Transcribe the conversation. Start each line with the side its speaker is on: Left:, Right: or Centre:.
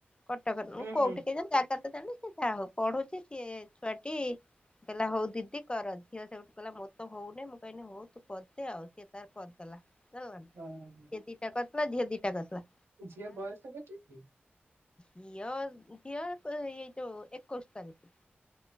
Left: କଟକରେ ମୁଁ
Right: ହୁଁ
Left: କୋଉଠି
Right: ହୁଁ
Left: କେଜାଣି ଜାଗା ତ ଜା ଣିନି ସେ ଯାହା ହୋଉ ପଢୁଛି ସିଏ ଛୁଆଟି କହିଲା ହୋଉ ଦିଦି କର ଝିଅ ସେଉଠୁ କହିଲା ମୋରତ ହଉନି ମୁଁ କହିଲି ହୋଉ ତୁ କରିଦେ ଆଉ ସିଏ ତାର କରିଦେଲା। <unintelligible> ସେ
Right: ହଁ
Left: ଦିଟା କରିଦେଲା ଝିଅ ଦିଟା କରିଦେଲା।
Right: ଝିଅ ବୟସ କେତେ କି?
Left: ଝିଅ ଝିଅ କ ଏଇ ଯୋଉ ଏକୋଇଶ ତାକୁ।